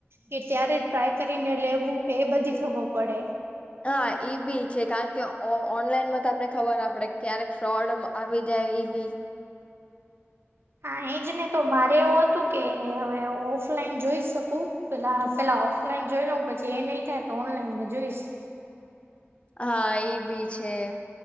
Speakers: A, on the right; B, on the left.
A: કે ત્યારે ટ્રાય કરીને લેવું કે એ બધી ખબર પડે.
B: હા ઈ બી છે, કારણ કે ઓ ઓનલાઈનમાં તો આપને ખબર ના પડે, ક્યારેક ફ્રોડ મ આવી જાય ઈ બી.
A: હા એજને, તો મારે એવું હતું કે હવે ઓફલાઈન જોઈ શકું, પેલા પેલા ઓફ ફલાઈન જોઈ લઉં, પછી એ નહીં થાય તો ઓનલાઈનમાં જોઈશું.
B: હા ઈભી છે,